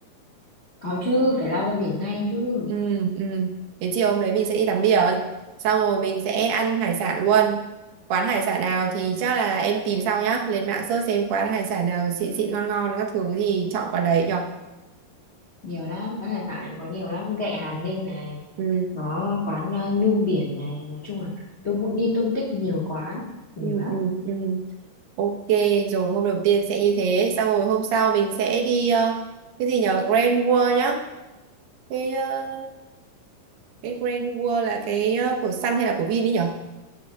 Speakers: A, on the left (about 45°); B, on the right (about 80°).
A: Có chứ, phải lao ra biển ngay chứ.
B: ừ ừ thế chiều hôm đấy mình sẽ đi tắm biển xong rồi mình sẽ ăn hải sản luôn quán hải sản nào thì chắc là em tìm sau nhá lên mạng search xem quán hải sản nào xịn xịn ngon ngon các thứ thì chọn quán đấy nhở
A: Nhiều lắm, quán hải sản có nhiều lắm, ghẹ Hàm Ninh này,
B: ừ
A: có quán ờ, Nhum Biển này, nói chung là tôi muốn đi Tôn Tích nhiều quán, nhiều
B: ừ
A: lắm.
B: ừ ừ Ok, rồi hôm đầu tiên sẽ như thế. Xong rồi hôm sau mình sẽ đi ờ, cái gì nhở Grand World nhá. Cái ờ, cái Grand World là cái ờ, của Sun hay là của Vin ấy nhở